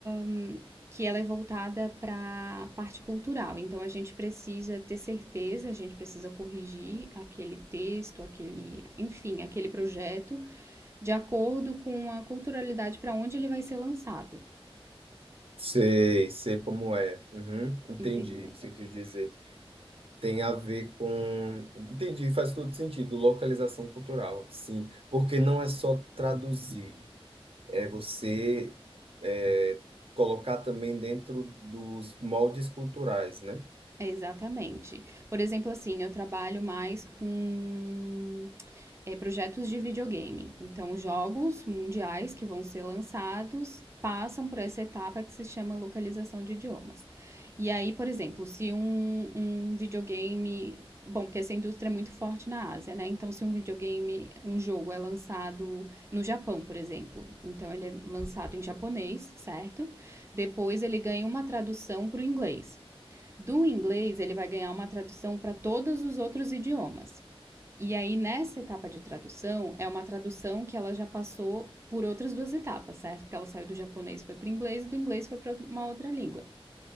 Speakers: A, on the right (about 25°); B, on the right (about 70°).
A: hum, que ela é voltada para a parte cultural. Então, a gente precisa ter certeza, a gente precisa corrigir aquele texto, aquele, enfim, aquele projeto, de acordo com a culturalidade para onde ele vai ser lançado.
B: Sei, sei como é. Uhum, entendi
A: Entendeu?
B: o que você quis dizer. Tem a ver com. Entendi, faz todo sentido. Localização cultural, sim. Porque não é só traduzir, é você é, colocar também dentro dos moldes culturais, né?
A: Exatamente. Por exemplo, assim, eu trabalho mais com, eh, projetos de videogame. Então, jogos mundiais que vão ser lançados passam por essa etapa que se chama localização de idiomas. E aí, por exemplo, se um, um videogame. Bom, porque essa indústria é muito forte na Ásia, né? Então, se um videogame, um jogo é lançado no Japão, por exemplo, então ele é lançado em japonês, certo? Depois ele ganha uma tradução para o inglês. Do inglês, ele vai ganhar uma tradução para todos os outros idiomas. E aí, nessa etapa de tradução, é uma tradução que ela já passou por outras duas etapas, certo? Porque ela saiu do japonês, foi para o inglês, e do inglês foi para uma outra língua.